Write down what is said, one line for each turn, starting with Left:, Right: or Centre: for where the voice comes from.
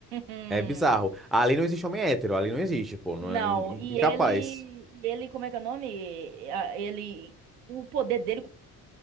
Right: Hum.
Centre: é bizarro. Ali não existe homem hétero, ali não existe, pô. Não
Right: Não,
Centre: é in-
Right: e
Centre: incapaz.
Right: ele. e Ele, como é que é o nome? Ah, Ele. O poder dele.